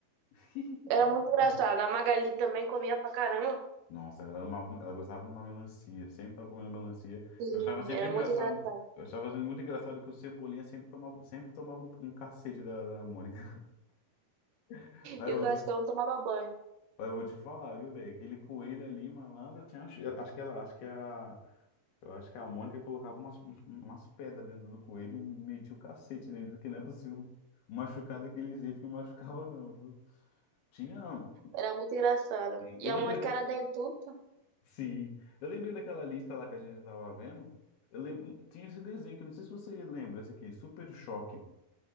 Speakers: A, on the left (about 85°); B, on the right (about 85°).
A: <laughs>
B: Era muito engraçado. A Magali também comia pra caramba.
A: Nossa, ela, amava- ela gostava de uma melancia, sempre tava comendo melancia.
B: Sim,
A: Eu achava sempre
B: era
A: engraçado,
B: muito engraçado.
A: eu achava muito engraçado que o Cebolinha sempre tomava, sempre tomava um, um cacete da, da Mônica. <laughs> Aí
B: E
A: eu
B: o Cascão não tomava banho.
A: Eu vou te falar, viu, velho? Aquele coelho ali, malandro, tinha... eu acho que ela, acho que é a, eu acho que é a Mônica colocava umas, umas pedras dentro do coelho e metia o cacete nele, porque não é possível machucar daquele jeito que machucava, não, viu? Tinha.
B: Era muito engraçado.
A: Eu
B: E a
A: lembrei
B: Mônica
A: da...
B: era dentuça.
A: Sim, eu lembrei daquela lista lá que a gente tava vendo. Eu lembro... Tinha esse desenho que eu não sei se você lembra, esse aqui, Super Choque,